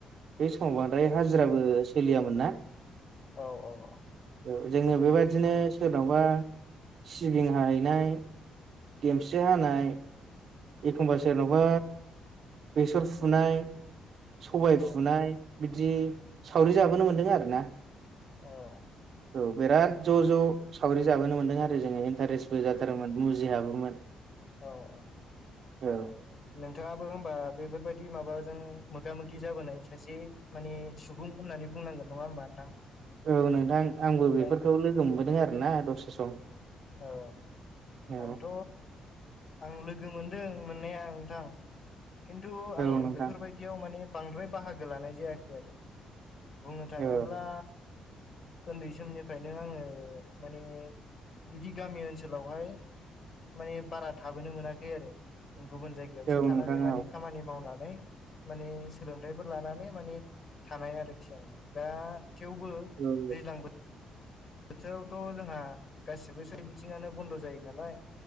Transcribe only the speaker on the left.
औ औ औ।
औ
औ
औ।
औ औ।
नोंथाङाबो होमबा बेफोरबायदि माबाजों मोगा मोगि जाबोनाय सासे मानि सुबुं होननानै बुंनांगोन नङा होमबा नोंथां?
दा
औ।
आंथ' आं लोगो मोनदों मोननाया नोंथां खिन्थु आं
बेफोरबायदियाव माने बांद्राय बाहागो लानाय जायाखै आरो। बुंनो थाङोब्ला
उन्दै समनिफ्रायनो आङो माने बिदि गामि ओनसोलावहाय माने बारा थाबोनो मोनाखै आरो गुबुन जाय जगायावसो
थानानै
माने
खामानि मावनानै माने सोलोंथाइफोर लानानै माने थानाय आरोखि आङो दा थेवबो
दैज्लां बोथोरावथ' जोंहा गासिबो सोर बिथिङानो बन्द' जायो नालाय